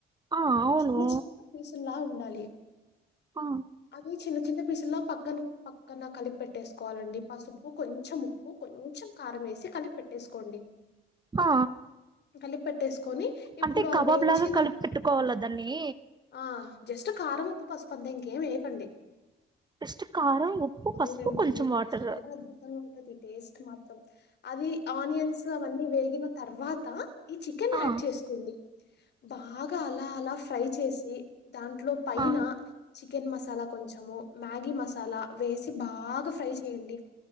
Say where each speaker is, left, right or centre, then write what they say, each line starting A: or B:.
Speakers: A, on the right (about 20°); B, on the left (about 60°).
A: ఆ అవును
B: చిన్న చిన్న పీసుల్లా ఉండాలి
A: ఆ
B: అది చిన్న చిన్న పీస్ కిలో పక్కన పక్కన కలిపి పెట్టేసుకోవాలండి పసుపు కొంచెం ఉప్పు కొంచ కొంచం కారమేసి లిపి పెట్టేసుకోండి
A: ఆ
B: కలిప్ పెట్టేస్ కొని ఇప్పుడు
A: అంటే
B: ఆ
A: కబాబ్
B: వేయించిన
A: లాగా కలిపి పెట్టుకోవాల దాన్ని
B: ఆ జస్ట్ కారం ఉప్పు పసుపంతే ఇంకేం వేయకండి
A: ఫస్ట్ కారం ఉప్పు
B: అవునండి
A: పసుపు కొంచెం వాటర్
B: చాలా అద్భుతంగా ఉంటుంది టేస్ట్ మాత్రం అది ఆనియన్స్ అవన్నీ వేగిన తర్వాత ఈ చికెన్
A: ఆ
B: యాడ్ చేసుకోండి బాగా అలా అలా ఫ్రై చేసి దాంట్లో పైన
A: ఆ
B: చి చికెన్ మసాలా కొంచెము మ్యాగీ మసాలా వేసి బాగా ఫ్రై చేయండి